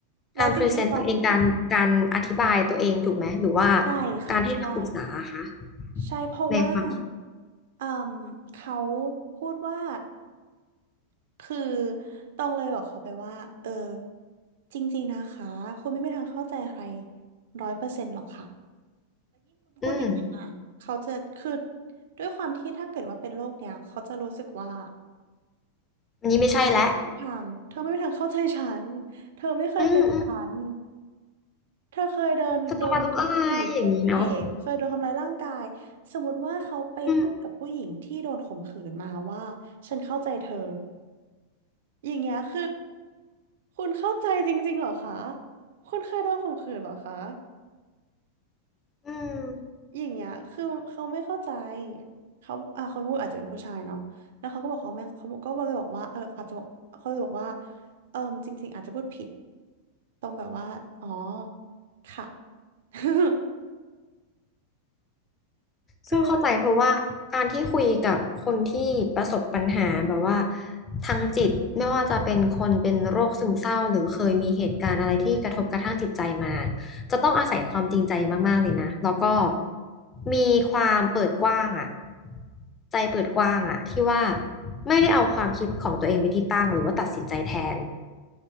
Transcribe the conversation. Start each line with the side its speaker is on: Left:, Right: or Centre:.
Right: แล้วจริงๆตรง
Left: การพรีเซนต์ตัวเองการการอธิบายตัวเองถูกไหมหรือว่า
Right: ใช่ค่ะใช่
Left: การให้คำปรึกษาอะคะ
Right: ใช่เพราะว่า
Left: ในความคิด
Right: อืมเขาพูดว่าคือตองเลยบอกเขาไปว่าเออจริงๆนะคะคุณไม่มีทางเข้าใจใครร้อยเปอร์เซ็นต์หรอกค่ะ
Left: อืม
Right: เด็กนั้นอ่ะเขาจะคือด้วยความที่ถ้าเกิดว่าเป็นโรคเนี้ยเขาจะรู้สึกว่า
Left: อันนี้ไม่ใช่แล้ว
Right: ทางเธอไม่มีทางเข้าใจฉันเธอไม่เคยเป็นฉัน
Left: อืมอืม
Right: เธอเคยเดินโดนกดขี่ข่มเหงเคยโดนทำร้ายร่างกาย
Left: เธอจะมารู้อะไรอย่างนี้เนาะ
Right: สมมติว่าเขาไปพูดกับผู้หญิงที่โดนข่มขืนมาว่าฉันเข้าใจเธอ
Left: อืม
Right: อย่างเงี้ยคือคุณเข้าใจจริงๆเหรอคะคุณเคยโดนข่มขืนเหรอคะ
Left: อืม
Right: อย่างเงี้ยคือเขาไม่เข้าใจเขาอ่าคนพูดอาจจะเป็นผู้ชายเนาะแล้วเขาก็บอกเขาไม่เขาก็เลยบอกว่าเอออาจจะบอกเขาเลยบอกว่าเออจริงๆอาจจะพูดผิด ตรงแบบว่า อ๋อ ค่ะ <laughs> คือ
Left: ซึ่งเข้าใจเพราะว่าการที่คุยกับคนที่ประสบปัญหาแบบว่าทางจิตไม่ว่าจะเป็นคนเป็นโรคซึมเศร้าหรือเคยมีเหตุการณ์อะไรที่กระทบกระทั่งจิตใจมาจะต้องอาศัยความจริงใจมากๆเลยนะแล้วก็มีความเปิดกว้างอะใจเปิดกว้างอะที่ว่าไม่ได้เอาความคิดของตัวเองเป็นที่ตั้งหรือว่าตัดสินใจแทน